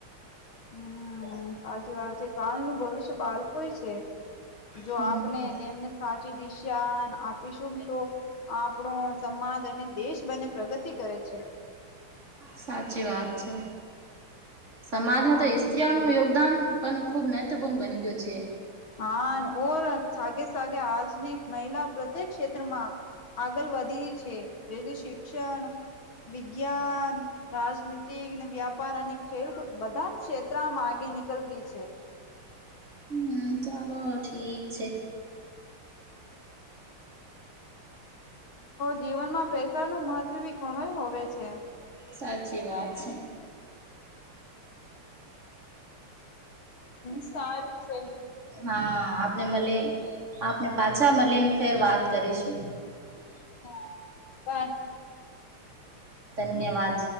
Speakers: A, on the left (about 70°); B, on the right (about 30°).
A: હમ્મ, સાચી વાત છે, કાલનું ભવિષ્ય બાળક પર જ છે. જો,
B: હમ
A: આપણે એમને સા દિશા આપીશું તો આપણો સમાજ અને દેશ બંને પ્રગતિ કરે છે.
B: સાચી, વાત છે. સમાજમાં
A: સારું
B: તો ઇસ્ત્રીઓનું
A: છે
B: યોગદાન પણ ખુબ મહત્વપૂર્ણ બની ગયું છે.
A: હા, અને ઓર સાગે સાગે આજ મહિલા પ્રત્યેક ક્ષેત્રમાં આગળ વધી છે. જે શિક્ષણ, વિજ્ઞાન, રાજનીતિકને વ્યાપાર અને ખેલકૂદ બધા ક્ષેત્રમાં આગે નીકળ ગઈ છે.
B: હમ ચાલો, ઠીક છે.
A: જીવનમાં પ્રેશરનું મહત્વ બી ઘણુંય હોવે છે.
B: સાચી, વાત છે.
A: હમ સારું છે
B: હા આપને મળી આપને પાછા મળીને ફેર વાત કરીશું
A: હા બસ
B: ધન્યવાદ